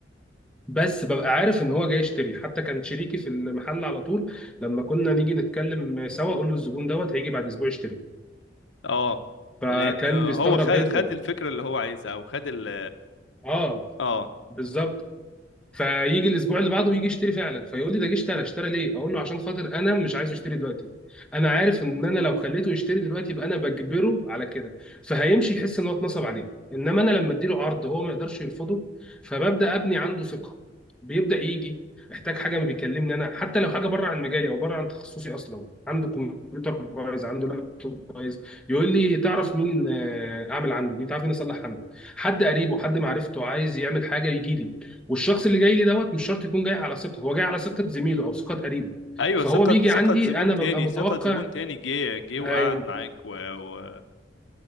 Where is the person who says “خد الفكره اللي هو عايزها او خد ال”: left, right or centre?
Left